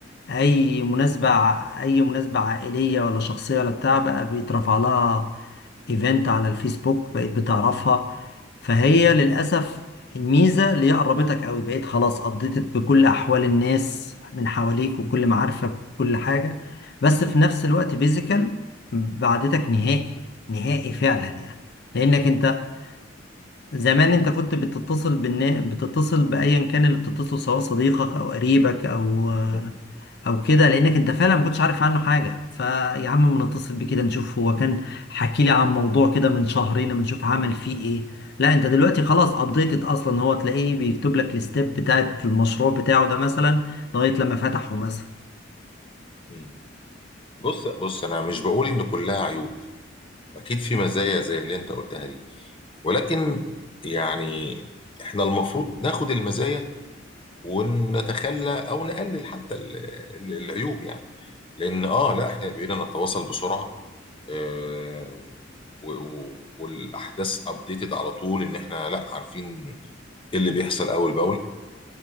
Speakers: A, on the left (about 60°); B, on the left (about 30°).
A: اي مناسبة ع- اي مناسبة عائلية ولا شخصية ولا بتاع بقى بيترفع لها ايفنت على الفيسبوك بقيت بتعرفها فهي للأسف الميزة اللي هي قربتك قوي بقيت خلاص قضيت بكل أحوال الناس من حواليك وكل معارفك وكل حاجة بس في نفس الوقت فيزيكال بعدتك نهائي نهائي فعلا يعني لأنك أنت زمان انت كنت بتتصل بالنا... بتتصل بايا كان اللي بتتصل سواء صديقك او قريبك او
B: مم.
A: او كده لانك انت فعلا ما كنتش عارف عنه حاجه فيا عم ما نتصل بيه كده نشوف هو كان حكي لي عن موضوع كده من شهرين ما نشوف عمل فيه ايه لا انت دلوقتي خلاص ابديتد اصلا هو تلاقيه بيكتب لك الستيب بتاعت المشروع بتاعه ده مثلا لغايه لما فتحه مثلا
B: مم. بص بص انا مش بقول ان كلها عيوب اكيد في مزايا زي اللي انت قلتها دي ولكن يعني احنا المفروض ناخد المزايا ونتخلى او نقلل حتى ال- ال- العيوب يعني لان اه لا احنا بقينا نتواصل بسرعة آه و- و- والاحداث ابديتد على طول ان احنا لا عارفين ايه اللي بيحصل اول باول